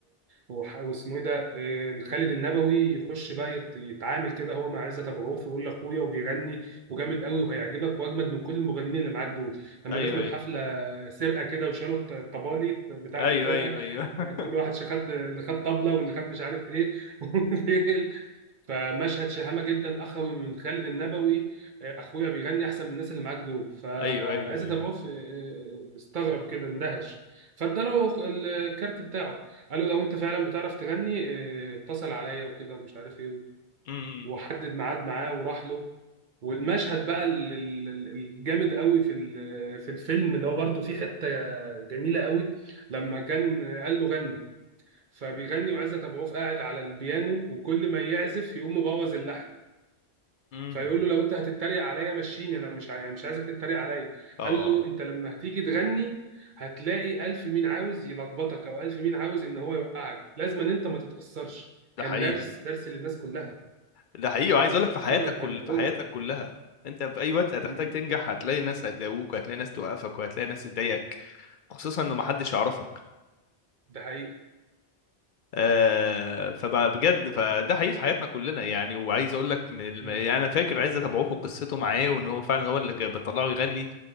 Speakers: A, on the right; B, on the left.
A: وح- واسمه ايه ده آه، خالد النبوي يخش بقى يت- يتعامل كده هو مع عزت ابو عوف ويقول لاخويا وبيغني وجامد قوي وهيعجبك واجمد من كل المغنيين اللي معاك دول لما
B: ايوه
A: دخلوا
B: ايوه
A: الحفله سرقه كده وشالوا الط- الطبالي بتاعت
B: ايوه
A: الفرقه
B: ايوه ايوه
A: الت- كل واحد خد اللي خد طبله واللي خد مش عارف ايه <laughs> فمشهد شهامة جدا أخوي من خالد النبوي آه، أخويا بيغني أحسن من الناس اللي معاك دول فعايز
B: <laughs> ايوه ايوه ايوه
A: أتابعه في آه، آه، استغرب كده اندهش فاداله الكارت بتاعه قال له لو أنت فعلا بتعرف تغني آه، اتصل عليا وكده ومش عارف إيه
B: امم
A: وحدد ميعاد معاه وراح له والمشهد بقى ال- ال- ال- الجامد قوي في ال- في الفيلم اللي هو برضه فيه حتة جميلة قوي لما كان آه، قال له غني فبيغني وعزت ابو عوف قاعد على البيانو وكل ما يعزف يقوم مبوظ اللحن
B: امم
A: فيقول له لو انت هتتريق عليا مشيني انا مش عاي... مش عايزك تتريق عليا
B: اه
A: قال له انت لما هتيجي تغني هتلاقي الف مين عاوز يلخبطك او الف مين عاوز ان هو يوقعك لازم ان انت ما تتاثرش
B: ده
A: كان
B: حقيقي
A: درس درس للناس كلها
B: ده حقيقي وعايز
A: مش
B: اقول لك في حياتك
A: مجرد
B: كل
A: كان غنى
B: في حياتك كلها انت في اي وقت هتحتاج
A: مم.
B: تنجح هتلاقي ناس هتداووك وهتلاقي ناس توقفك وهتلاقي ناس تضايقك خصوصا انه محدش يعرفك
A: ده حقيقه
B: آه، فبجد فده حقيقي في حياتنا كلنا يعني وعايز اقول لك من الم...
A: مم.
B: يعني انا فاكر عايز اتابعوه في قصته معاه وان هو فعلا هو اللي جا- بيطلعه يغني